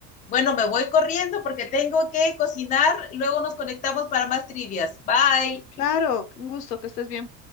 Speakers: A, on the left; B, on the left.
A: Bueno, me voy corriendo porque tengo que cocinar. Luego nos conectamos para más trivias. Bye.
B: Claro, un gusto, que estés bien.